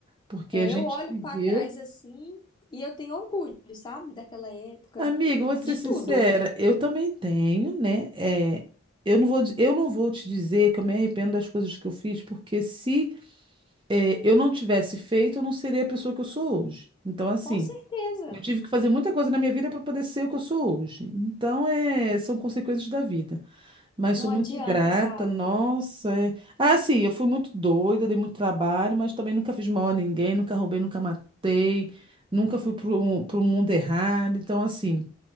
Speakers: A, on the right; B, on the left.
A: Porque
B: É,
A: a gente
B: eu olho
A: viveu.
B: pra trás assim e eu tenho orgulho, sabe, daquela época,
A: Amiga, eu vou te
B: de
A: ser sincera,
B: tudo,
A: eu também tenho, né? É, eu não vou, di- eu não vou te dizer que eu me arrependo das coisas que eu fiz, porque se é, eu não tivesse feito, eu não seria a pessoa que eu sou hoje. Então, assim,
B: com certeza.
A: eu tive que fazer muita coisa na minha vida para poder ser o que eu sou hoje. Então, é, são consequências da vida. Mas
B: Não
A: sou muito
B: adianta,
A: grata,
B: sabe?
A: nossa. é- Ah, sim, eu fui muito doida, dei muito trabalho, mas também nunca fiz mal a ninguém, nunca roubei, nunca matei, nunca fui para o mundo errado. Então, assim,